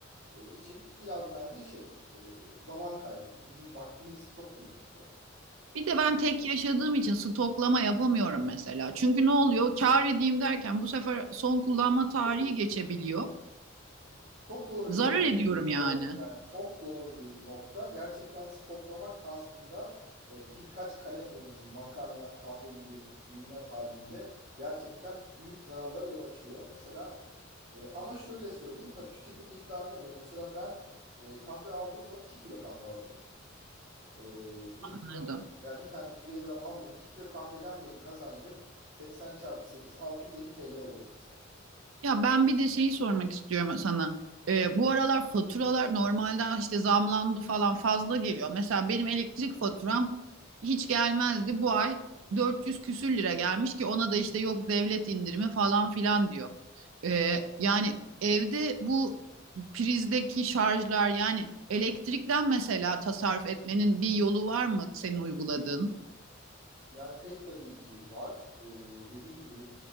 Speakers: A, on the right; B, on the right.
A: e, için biraz bence şey e, zaman kaybı. Çünkü bizim vaktimiz çok kıymetli.
B: Bir de ben tek yaşadığım için stoklama yapamıyorum mesela. Çünkü ne oluyor? Kâr edeyim derken bu sefer son kullanma
A: Uzun.
B: tarihi geçebiliyor.
A: Hı hı. Çok doğru
B: Zarar
A: bir
B: ediyorum yani.
A: Evet, yani çok doğru bir nokta. Gerçekten stoklamak aslında e, birkaç kalem ürün mesela makarna, kahve gibi ürünler haricinde gerçekten büyük zararlara yol açıyor. Mesela e, ama şöyle söyleyeyim tabii tüketim miktarına göre mesela ben e, kahve aldığım zaman 2 kilo kahve alıyorum. E, 1
B: Anladım.
A: kilo veya bir tane 250 gram almıyorum. 2 kilo kahveden benim kazancım 80 çarpı 8 650 TL oluyor mesela.
B: Ya ben bir de şeyi sormak istiyorum sana. Ee, bu aralar faturalar normalden işte zamlandı falan fazla geliyor. Mesela benim elektrik faturam hiç gelmezdi. Bu ay 400 küsür lira gelmiş ki ona da işte yok devlet indirimi falan filan diyor. Ee, yani evde bu prizdeki şarjlar yani elektrikten mesela tasarruf etmenin bir yolu var mı senin uyguladığın?
A: Yani pek tabii ki var. E, dediğin gibi